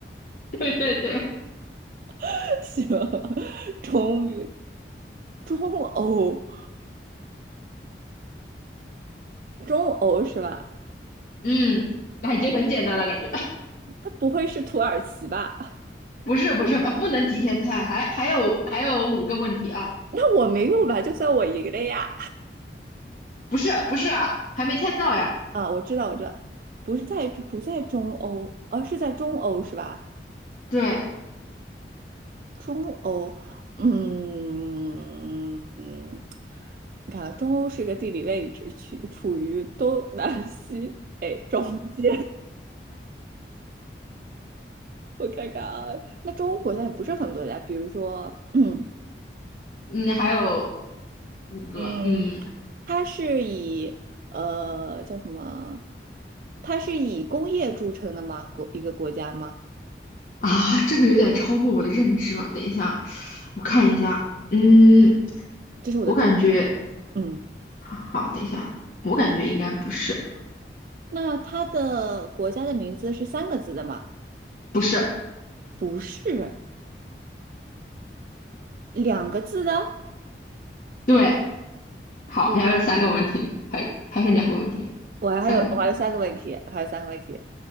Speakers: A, on the left; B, on the right.
A: <laughs> 对对对，
B: <laughs> 行，中中欧中欧是吧？
A: 嗯，那已经很简单了感觉，
B: 它不会是土耳其吧？
A: <laughs> 不是不是吧？不能提前猜，还还有还有五个问题啊。
B: <laughs> 那我没有吧？就算我赢了呀！
A: 不是不是啊还没猜到呀。
B: 啊，我知道，我知道，不是在不在中欧，而、啊是在中欧是吧？
A: 对，
B: 中欧，嗯，你看啊中欧是一个地理位置，去处于东南西北中间。我看看啊，那中欧国家也不是很多家，比如说，嗯
A: 嗯，还有五个，
B: 嗯，
A: 嗯
B: 它是以呃叫什么？它是以工业著称的吗？国一个国家吗？
A: 啊，这个有点超过我的认知了。等一下，我看一下，嗯，
B: 这是我的第五，
A: 我感觉
B: 嗯，
A: 好，等一下，我感觉应该不是，
B: 那它的国家的名字是三个字的吗？
A: 不是，
B: 不是，两个字的。
A: 对，好，
B: 两，
A: 你还有三个问题，还还是两个问题，
B: 我还有我还有三个问题，
A: 三个问题，
B: 我还有三个问题，